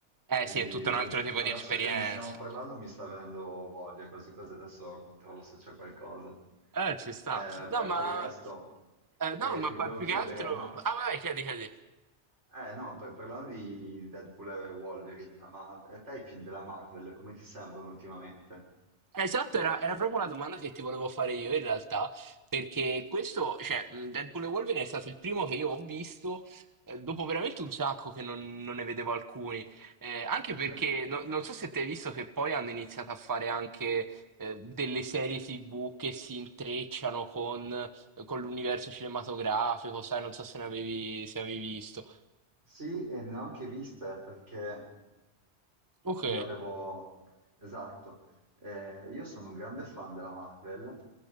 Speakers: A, on the right (about 20°); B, on the right (about 90°).
A: Eh
B: Quindi
A: sì, è tutto un altro tipo
B: adesso
A: di esperienza.
B: che ne stiamo parlando mi sta venendo voglia, quasi quasi adesso controllo se c'è qualcosa.
A: Eh, ci sta.
B: Eh,
A: No,
B: poi
A: ma,
B: per il resto
A: eh, no,
B: eh,
A: ma
B: ti volevo
A: pa- più
B: chiedere,
A: che altro...
B: ma...
A: Ah, vai, chiedi, chiedi.
B: Eh no, per- parlando di Deadpool e Wolverine, ma a te i film della Marvel come ti sembrano ultimamente?
A: Esatto, era, era proprio una domanda che ti volevo fare io in realtà, perché questo, cioè, mh, Deadpool e Wolverine è stato il primo che io ho visto, eh, dopo veramente un sacco che non, non ne vedevo alcuni, Eh, anche
B: Sì.
A: perché no- non so se te hai visto che poi hanno iniziato a fare anche eh, delle serie TV che si intrecciano con, con l'universo cinematografico, sai, non so se ne avevi, se avevi visto.
B: Sì, e ne ho anche viste perché
A: Ok.
B: io avevo, esatto, eh, io sono un grande fan della Marvel